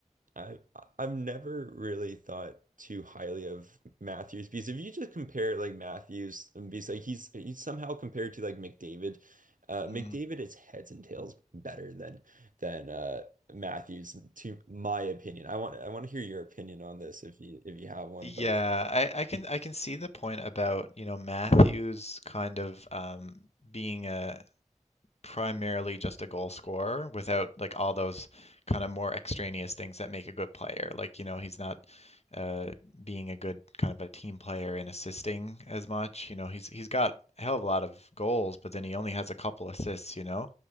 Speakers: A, on the right; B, on the left.
A: I I've never really thought too highly of Matthews because if you just compare like Matthews and because like he's he's somehow compared to like McDavid, uh McDavid
B: Mm.
A: is heads and tails better than than uh Matthews to my opinion. I want I want to hear your opinion on this if you if you have one,
B: Yeah,
A: but
B: I, I can I can see the point about, you know, Matthews kind of um, being a primarily just a goal scorer without like all those kind of more extraneous things that make a good player. Like, you know, he's not uh, being a good kind of a team player and assisting as much. You know, he's he's got a hell of a lot of goals, but then he only has a couple assists, you know,